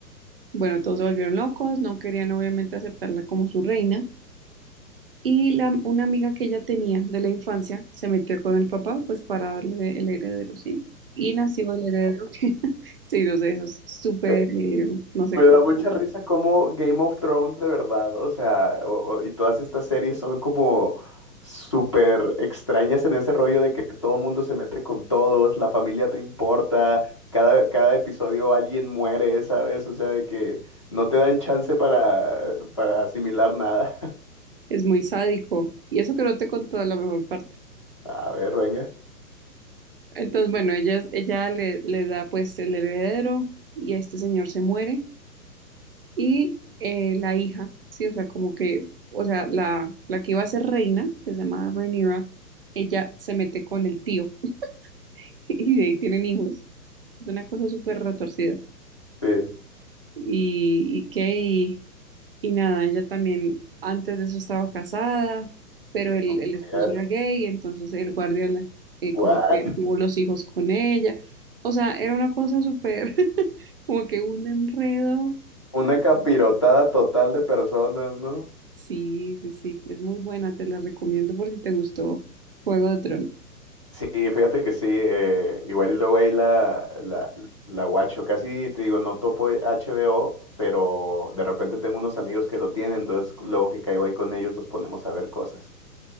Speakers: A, on the right; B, on the left.
A: bueno, todos se volvieron locos, no querían obviamente aceptarla como su reina. Y la, una amiga que ella tenía de la infancia se metió con el papá, pues para darle el heredero, ¿sí? Y nació el heredero. <laughs> Sí, no sé, eso es súper,
B: Eh,
A: eh, no sé
B: Me
A: cómo,
B: da mucha risa como Game of Thrones de verdad, o sea, o- o- y todas estas series son como súper extrañas en ese rollo de que todo mundo se mete con todos, la familia te importa, cada, cada episodio alguien muere, ¿sabes? O sea, de que no te dan chance para, para asimilar nada.
A: es muy sádico. Y eso que no te contó la mejor parte.
B: <laughs> A ver, venga.
A: Entonces, bueno, ella, ella le, le da pues el heredero y este señor se muere. y eh, la hija, sí, o sea, como que, o sea, la, la que iba a ser reina, que se llamaba Rhaenyra, ella se mete con el tío <laughs> y de ahí tienen hijos. Es una cosa súper retorcida.
B: Sí.
A: Y, y qué, y, y nada, ella también antes de eso estaba casada, pero el,
B: Oh,
A: el esposo
B: my God.
A: era gay, entonces el guardia la- eh,
B: What?
A: como que tuvo los hijos con ella. O sea, era una cosa súper, <laughs> como que un enredo
B: Una capirotada total de personas, ¿no?
A: Sí, sí, sí, es muy buena, te la recomiendo por si te gustó Juego de Tronos.
B: Sí, fíjate que sí, eh, igual y luego ahí la, la, la guacho, casi te digo, no topo HBO, pero de repente tengo unos amigos que lo tienen, entonces luego que caigo ahí con ellos nos ponemos a ver cosas.